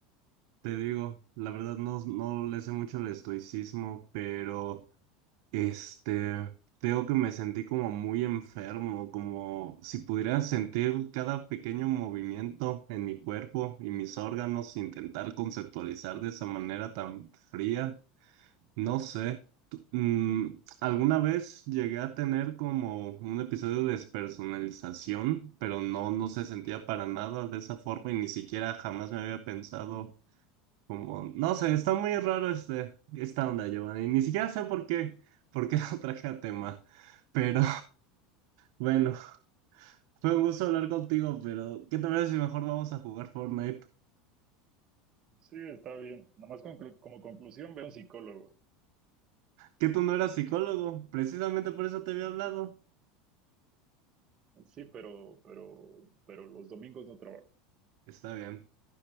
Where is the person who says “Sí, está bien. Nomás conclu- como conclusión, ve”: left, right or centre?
Right